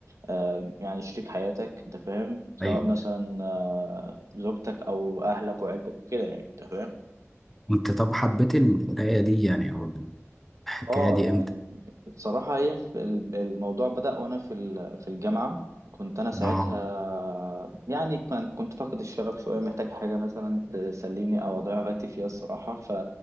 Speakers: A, on the right (about 85°); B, in the centre.
A: آه، يعني شريك حياتك أنت فاهم سواء
B: ايوه
A: مثلا آه، زوجتك أو أهلك وعيلتك وكده يعني أنت فاهم
B: انت طب حبيت القرايه دي يعني او الحكايه
A: اه
B: دي
A: يعني
B: امتى
A: بصراحة هي في ال- الموضوع بدأ وانا في ال- في الجامعة كنت انا ساعتها
B: اه
A: يعني كان- كنت فاقد الشغف شوية محتاج حاجة مثلا تسليني او اضيع وقتي فيها الصراحة ف